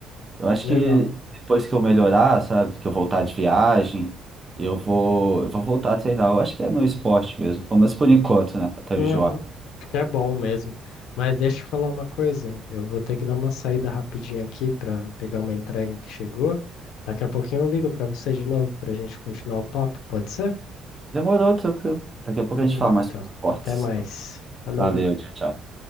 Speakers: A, on the right; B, on the left.
A: Eu acho
B: Legal.
A: que depois que eu melhorar, sabe, que eu voltar de viagem, eu vou, eu vou voltar a treinar. Eu acho que é meu esporte mesmo, pelo menos por enquanto, né? Até
B: Uhum.
A: eu enjoar.
B: Acho que é bom mesmo. Mas deixa eu falar uma coisa. Eu vou ter que dar uma saída rapidinho aqui para pegar uma entrega que chegou. Daqui a pouquinho eu ligo para você de novo para a gente continuar o papo, pode ser?
A: Demorou, tranquilo. Daqui a pouco
B: Demorou
A: a gente fala mais
B: então.
A: sobre esportes.
B: Até mais.
A: Então,
B: Falou.
A: valeu, tchau, tchau.